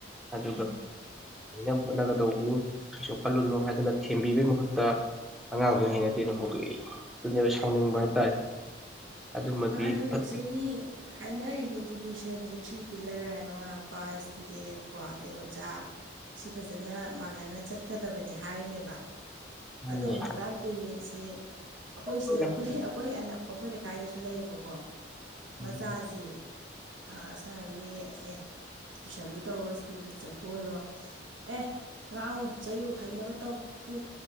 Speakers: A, in the centre; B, on the right (about 85°).
A: ꯑꯗꯨꯒ
B: ꯎꯝ
A: ꯂꯩꯅꯕ ꯍꯣꯠꯅꯒꯗꯧꯕꯅꯤ ꯀꯩꯁꯨ ꯈꯜꯂꯨꯅꯨ ꯍꯥꯏꯗꯅ ꯊꯦꯝꯕꯤꯕꯩ ꯃꯍꯨꯠꯇ ꯑꯉꯥꯡꯗꯨ ꯍꯩꯅꯗꯦꯅ ꯍꯣꯡꯗꯣꯛꯏ ꯑꯗꯨꯅꯦꯕ ꯁꯥꯎꯅꯤꯡꯕ ꯍꯥꯏꯇꯥꯔꯦ ꯑꯗꯨꯃꯗꯤ
B: ꯃꯥꯅꯦ ꯍꯧꯖꯤꯛꯁꯦ
A: ꯐꯠꯇꯦ
B: ꯃꯤ ꯍꯥꯏꯅꯔꯤꯅꯦ ꯏꯗꯨꯀꯦꯁꯟꯁꯤ ꯊ꯭ꯔꯤ ꯄꯤꯜꯂꯔ ꯍꯥꯏ ꯃꯃꯥ ꯃꯄꯥ ꯏꯁꯇꯨꯗꯦꯟ ꯀꯣ ꯑꯗꯩ ꯑꯣꯖꯥ ꯁꯤ ꯐꯖꯅ ꯃꯥꯟꯅꯅ ꯆꯠꯀꯗꯕꯅꯤ ꯍꯥꯏꯔꯤꯅꯦꯕ
A: ꯃꯥꯅꯦ
B: ꯑꯗꯣ ꯍꯧꯖꯤꯛꯀꯥꯟ ꯄꯦꯔꯦꯟꯁꯦ ꯑꯩꯈꯣꯏꯁꯦ
A: ꯂꯣꯏꯔꯦ
B: ꯑꯩꯈꯣꯏ ꯑꯩꯈꯣꯏ ꯑꯅꯛꯄ ꯑꯩꯈꯣꯏ ꯂꯩꯀꯥꯏꯗꯁꯨ ꯁꯨ ꯂꯩꯌꯦꯕꯀꯣ ꯃꯆꯥꯁꯤ
A: ꯎꯝ
B: ꯁ ꯃꯤ ꯑꯦ ꯇꯨꯏꯁꯟꯕꯨ ꯇꯧꯔꯣ ꯁ꯭ꯀꯨꯜꯕꯨ ꯆꯠꯄ ꯑꯣꯏꯔꯣ ꯑꯦ ꯉꯥꯡꯉꯨ ꯆꯩꯌꯨ ꯐꯩꯅꯕ ꯇꯧ ꯐꯨ